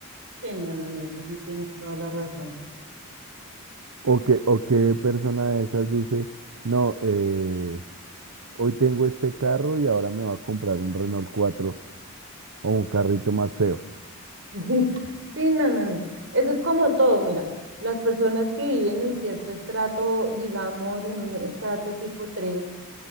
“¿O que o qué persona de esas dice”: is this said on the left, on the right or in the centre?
Right